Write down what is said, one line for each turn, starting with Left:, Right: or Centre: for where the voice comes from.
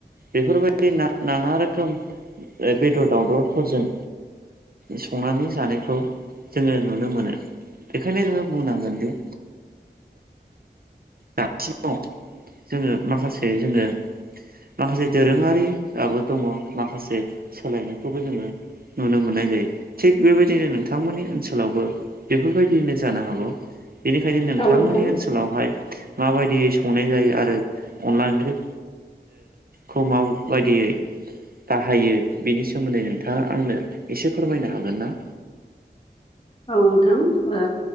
Right: बेफोरबायदि नाङा रोखोम बेदर दावदरफोरजों संनानै जानायखौ जोङो नुनो मोनो बेखायनो जोङो बुंनांगोनदि दासिमाव जोङो माखासे जोङो माखासे दोरोङारिआबो दङ माखासे सोलायनायबो जोङो नुनो मोननाय जायो थिग बेबायदिनो नोंथांमोननि ओनसोलावबो बेफोरबायदियैनो जानो हागौ बेनिखायनो नोंथांमोननि
Left: औ नोंथां
Right: ओनसोलावहाय माबायदियै संनाय जायो आरो अनला ओंख्रि खमाव बेबायदियै बाहायो बेनि सोमोन्दै नोंथाङा आंनो एसे फोरमायनो हागोन ना
Left: औ नोंथां ओ